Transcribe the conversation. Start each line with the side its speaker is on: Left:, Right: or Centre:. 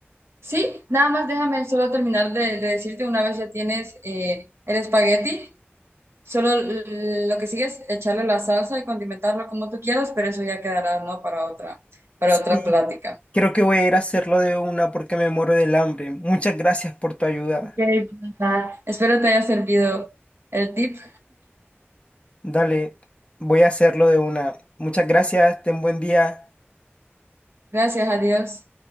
Right: sí, nada más déjame solo terminar de, de decirte una vez ya tienes eh, el espagueti, solo l- lo que sigue es echarle la salsa y condimentarlo como tú quieras, pero eso ya quedará, ¿no? Para otra, para
Left: sí.
Right: otra plática.
Left: Creo que voy a ir a hacerlo de una porque me muero del hambre. Muchas gracias por tu ayuda.
Right: Ok, pues, nada, Espero te haya servido el tip.
Left: Dale, voy a hacerlo de una. Muchas gracias, ten buen día.
Right: Gracias, adiós.